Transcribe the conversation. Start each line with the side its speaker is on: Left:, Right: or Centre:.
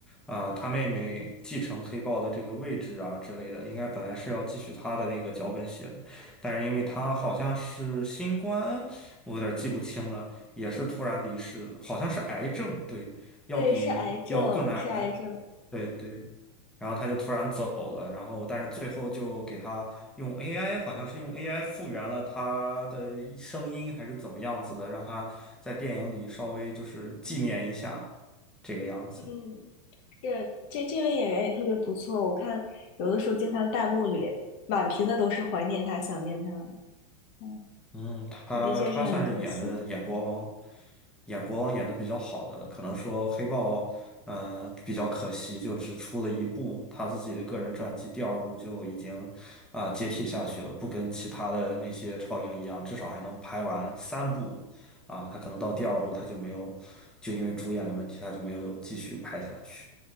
Centre: 啊、他妹妹继承黑豹的这个位置啊之类的，应该本来是要继续他的那个脚本写的，但是因为他好像是新冠，我有点记不清了，也是突然离世了，好像是癌症，对，要比要更难。
Left: 对，是癌症，是癌症。
Centre: 对对，然后他就突然走了，然后但是最后就给他用 AI，好像是用 AI 复原了他的声音还是怎么样子的，让他在电影里稍微就是纪念一下这个样子。
Left: 嗯，这这这位演员也特别不错。我看有的时候经常弹幕里满屏的都是怀念他、想念他。嗯，
Centre: 嗯，他他算是演的演国王，
Left: 的确是很可惜。
Centre: 演国王演的比较好的了。可能说黑豹，嗯、比较可惜，就只出了一部他自己的个人传记，第二部就已经啊、接替下去了，不跟其他的那些超英一样，至少还能拍完三部啊、他可能到第二部他就没有，就因为主演的问题，他就没有继续拍下去。